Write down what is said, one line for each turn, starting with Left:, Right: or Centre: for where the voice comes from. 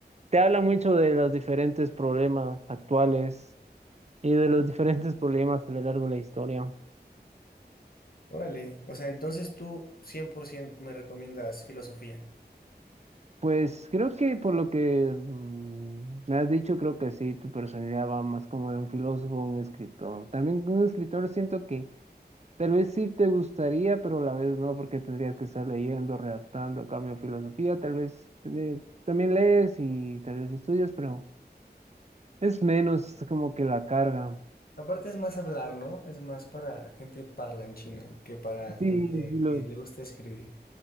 Right: te habla mucho de los diferentes problemas actuales y de los <laughs> diferentes problemas a lo largo de la historia.
Left: Órale, o sea, entonces tú 100% me recomiendas filosofía.
Right: Pues creo que por lo que mm, me has dicho, creo que sí, tu personalidad va más como de un filósofo, un escritor. También un escritor siento que Tal vez sí te gustaría, pero a la vez no, porque tendrías que estar leyendo, redactando, cambio de filosofía, tal vez eh, también lees y tal vez estudias, pero es menos como que la carga.
Left: Aparte es más hablar, ¿no? Es más para gente parlanchina que para gente
Right: Sí, filo-
Left: que le gusta escribir.